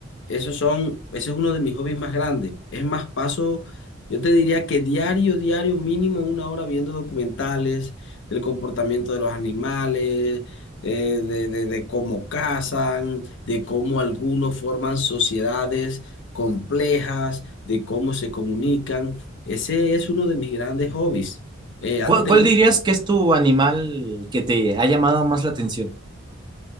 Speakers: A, on the left; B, on the right.
A: Esos son, ese es uno de mis hobbies más grandes. Es más, paso, yo te diría que diario, diario, mínimo una hora viendo documentales del comportamiento de los animales, eh, de, de, de cómo cazan, de cómo algunos forman sociedades complejas, de cómo se comunican. Ese es uno de mis grandes hobbies. Eh,
B: ¿Cuál,
A: ¿a ti te
B: cuál
A: gusta
B: dirías que es tu animal que te ha llamado más la atención?